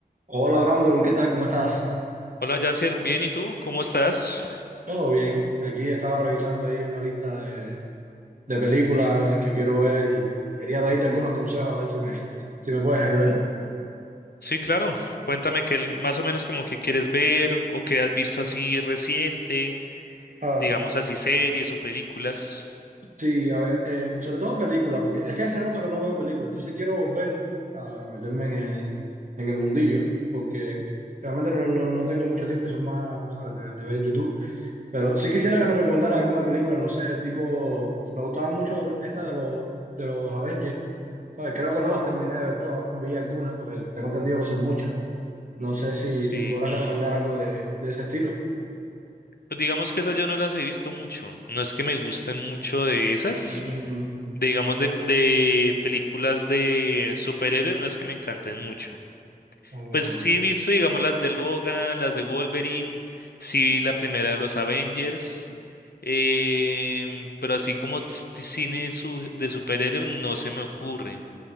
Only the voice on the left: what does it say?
Hola Yasser, bien, ¿y tú? ¿Cómo estás?
Sí, claro. Cuéntame que más o menos como que quieres ver o que has visto así reciente,
digamos así series o películas.
Sí.
Pues digamos que esas yo no las he visto mucho. No es que me gusten mucho de esas.
Digamos de, de películas de superhéroes, no es que me encanten mucho.
Pues sí he visto, digamos, las de Logan, las de Wolverine, sí vi la primera de los Avengers, em, pero así como ts- t- cine su- de superhéroes no se me ocurre.